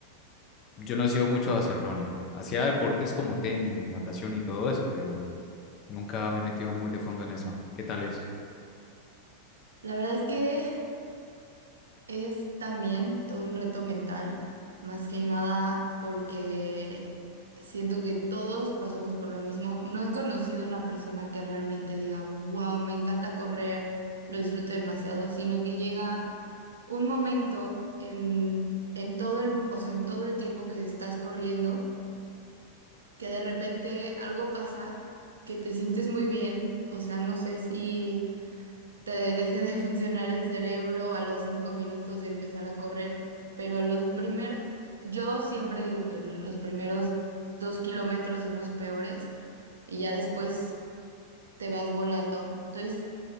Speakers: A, on the left (about 35°); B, on the right (about 70°).
A: yo no he sido mucho a hacer running. Hacía deportes como tenis, natación y todo eso, pero nunca me he metido muy de fondo en eso. ¿Qué tal es?
B: la verdad es que Es también todo un reto mental, más que nada porque siento que todos pasamos por lo mismo. No he conocido una persona que realmente diga, wow, me encanta correr, lo disfruto demasiado, sino que llega un momento en, en todo el, o sea, en todo el tiempo que estás corriendo, que de repente algo pasa, que te sientes muy bien, o sea, no sé si te deje de funcionar el cerebro a los cinco minutos de empezar a correr, pero a los primeros, yo siempre digo que los primeros dos kilómetros son los peores y ya después te vas volando. Entonces,